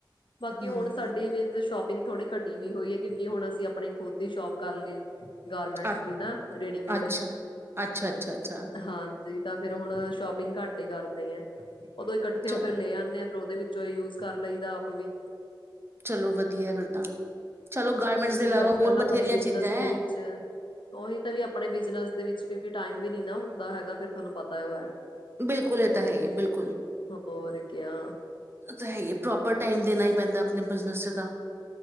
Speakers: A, on the left (about 85°); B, on the right (about 30°).
A: ਬਾਕੀ
B: ਹਮ
A: ਹੁਣ ਸਾਡੀ ਮੀਨਜ਼ ਸ਼ੋਪ ਥੋੜੀ ਘਟੀ ਵੀ ਹੋਈ ਐ। ਕਿਉਂਕਿ ਹੁਣ ਅਸੀਂ ਆਪਣੀ ਖੁਦ ਦੀ ਸ਼ੋਪ ਕਰ ਲਈ। ਗਾਰਮੈਂਟਸ
B: ਅ-
A: ਦੀ ਨਾ ਰੇਡੀਮੇਡ
B: ਅੱਛਾ ਅੱਛਾ ਅੱਛਾ ਅੱਛਾ
A: ਹਾਂਜੀ ਤਾਂ ਫਿਰ ਹੁਣ ਸ਼ੋਪਿੰਗ ਘਟ ਕਰਦੇ ਆ। ਉਦੋਂ ਇਕੱਠੇ
B: ਚਲੋ
A: ਹੋ ਕੇ ਲੈ ਆਉਂਦੇ। ਫਿਰ ਉਹਦੇ ਵਿੱਚੋਂ ਯੂਜ ਕਰ ਲਈਦਾ ਆਪ ਵੀ।
B: ਚਲੋ ਵਧੀਆ ਐ ਫਿਰ ਤਾਂ। ਚਲੋ ਗਾਰਮੈਂਟਸ
A: ਕਿਉਂਕਿ
B: ਦੇ ਇਲਾਵਾ
A: ਅੱਜ
B: ਹੋਰ
A: ਕੱਲ ਆਪਣੇ
B: ਬਥੇਰੀਆਂ
A: ਬਿਜਨਸ
B: ਚੀਜ਼ਾਂ ਹੈ
A: ਦੇ ਵਿੱਚ ਉਹੀ ਤਾਂ ਵੀ ਆਪਣੇ ਬਿਜਨਸ ਦੇ ਵਿੱਚ ਕਿਉ ਵੀ ਟਾਈਮ ਵੀ ਨੀ ਨਾ ਹੁੰਦਾ ਹੈਗਾ। ਫੇਰ ਤੁਹਾਨੂੰ ਪਤਾ ਉਹ ਐ।
B: ਬਿਲਕੁਲ ਇਹ ਤਾਂ ਹੈ ਹੀ ਐ। ਬਿਲਕੁਲ
A: ਹੋਰ ਕਿਆ
B: ਉਹ ਤਾਂ ਹੈ ਈ ਐ। ਪ੍ਰੋਪਰ ਟਾਈਮ ਦੇਣਾ ਹੀ ਪੈਂਦਾ ਆਪਣੇ ਬਿਜ਼ਨਸ ਚ ਤਾਂ।